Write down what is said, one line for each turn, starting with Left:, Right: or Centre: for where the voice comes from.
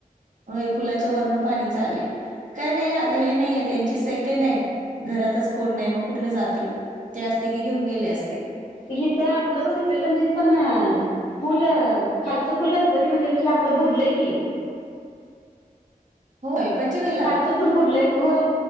Right: होय पुलाच्या वर्णन पाणी चाललंय काही नाही आता हे नाही त्यांची सेकंड आहे घरातच कोण नाही मग कुठलं जात ते असते की घेऊन गेले अस
Left: हिथ आपलं पण इचलकरंजी पण, पुल खालचं फुल गणपती मंदिर तसल आपलं बुडलंय की.
Right: होय. पंचगला
Left: खालचं फुल बुडलंय होय,